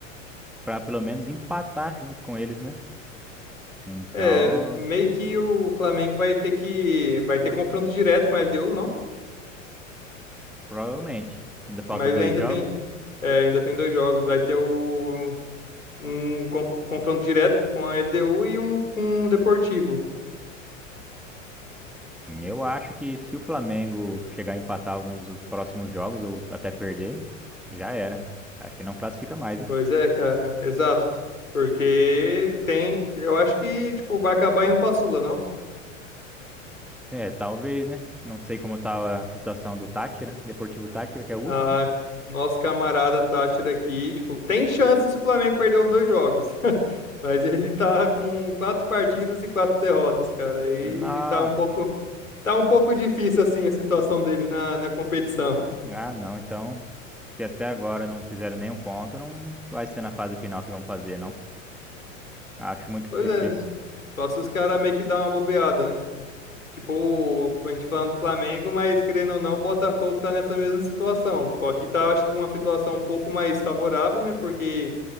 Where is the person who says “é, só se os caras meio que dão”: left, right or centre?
Left